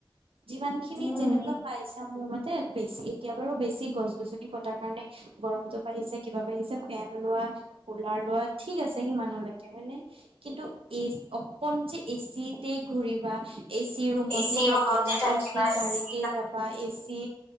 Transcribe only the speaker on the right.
যিমান খিনি
যেনেকুৱা পাইছ ছা মোৰ মতে, বেছি এতিয়া বাৰু, বেছি গছ-গছনি কটাৰ কাৰণে গৰমটো বাঢ়িছে কিবা বাঢ়িছে, ফেন লোৱা, কুলাৰ লোৱা, ঠিক আছে সিমানলৈকে হয় নে, কিন্তু এচ অকল যে এ চিতে ঘূৰিবা এ চি ৰুমতে
থাকিবা,
এ চি গাড়ীতে
যাবা, এ চি